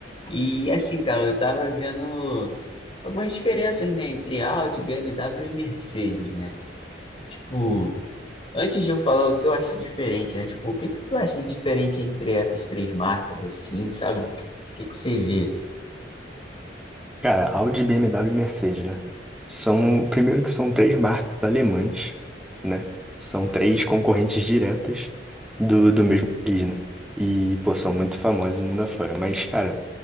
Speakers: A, on the left (about 30°); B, in the centre.
A: E assim, cara, eu tava vendo algumas diferenças, né, entre Audi, BMW e Mercedes, né? Tipo, antes de eu falar o que eu acho diferente, né? Tipo, o que que tu acha diferente entre essas três marcas, assim, sabe? O que que você vê?
B: Cara, Audi, BMW e Mercedes, né? São, primeiro que são três marcas alemãs, né? São três concorrentes diretas do, do mesmo país, né? E, pô, são muito famosas no mundo afora. Mas, cara,